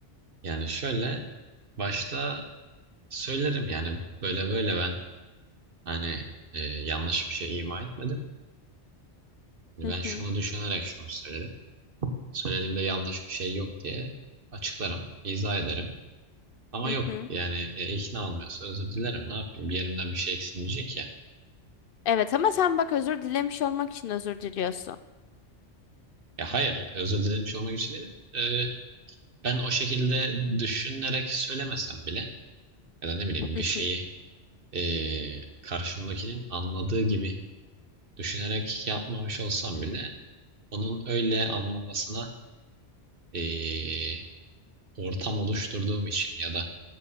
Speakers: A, on the right; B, on the left.
A: yani şöyle başta söylerim yani böyle böyle ben hani e, yanlış bir şey ima etmedim. Hani
B: Hı
A: Ben şunu
B: hı,
A: düşünerek şunu söyledim. Söylediğimde yanlış bir şey yok diye açıklarım, izah ederim. Ama
B: hı
A: yok
B: hı.
A: yani e, ikna olmuyorsa özür dilerim ne yapayım bir yerimden bir şey eksilmeyecek ya.
B: Evet ama sen bak özür dilemiş olmak için özür diliyorsun.
A: Ya hayır, özür dilemiş olmak için değil. Ee, ben o şekilde düşünerek söylemesem bile ya da ne bileyim
B: Hı
A: bir şeyi
B: hı.
A: ee, karşımdakinin anladığı gibi düşünerek yapmamış olsam bile onun öyle anlamasına ee, ortam oluşturduğum için ya da